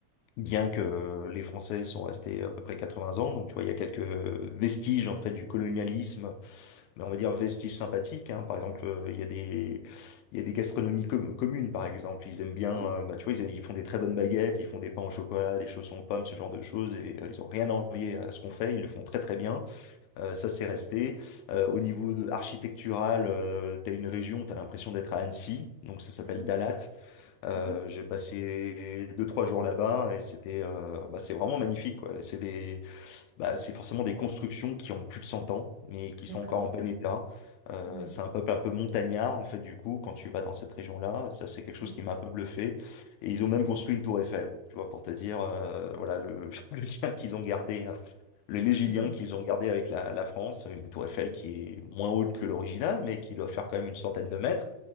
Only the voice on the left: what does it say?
Bien que
euh, les Français sont restés à peu près 80 ans, donc tu vois, il y a quelques vestiges en fait du colonialisme mais on va dire vestiges sympathiques. hein. Par exemple, euh, il y a des, il y a des gastronomies com- communes, par exemple. Ils aiment bien,
euh, bah, tu vois, ils, ils font des très bonnes baguettes, ils font des pains au chocolat, des chaussons aux pommes, ce genre de choses. Et euh, ils ont rien à envier à ce qu'on fait. Ils le font très très bien. Euh, ça, c'est resté. Euh, au niveau de, architectural, euh, t'as une région, t'as l'impression d'être à Annecy. Donc ça s'appelle
Dalat. Euh,
j'ai passé deux trois jours là-bas et c'était, euh, bah, c'est vraiment magnifique, quoi. C'est des bah, c'est forcément des constructions qui ont plus de 100 ans, mais qui
sont encore en bon état. Euh,
c'est un peuple un peu montagnard, en fait, du coup, quand tu vas dans cette région-là, ça c'est quelque chose
qui m'a un peu bluffé. Et ils
ont même construit une tour Eiffel, tu vois, pour te dire, euh, voilà, le, <laughs> le lien qu'ils ont gardé, hein, le légilien
qu'ils ont gardé avec la, la France, une tour Eiffel qui est moins haute que l'original, mais qui doit faire quand même une centaine de mètres